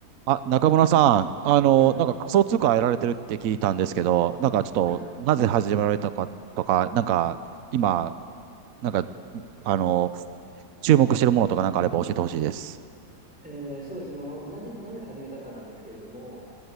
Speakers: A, on the right (about 60°); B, in the centre.
A: あ、中村さん、あの、
B: はい。
A: なんか仮想通貨やられてるって聞いたんですけど、なんかちょっと、
B: はい。
A: なぜ始められたかとか、なんか、今、なんか、あの、注目してるものとかなんかあれば教えてほしいです。
B: えーそうですね。まあ、まずなぜ、なぜ始めたかなんですけれども、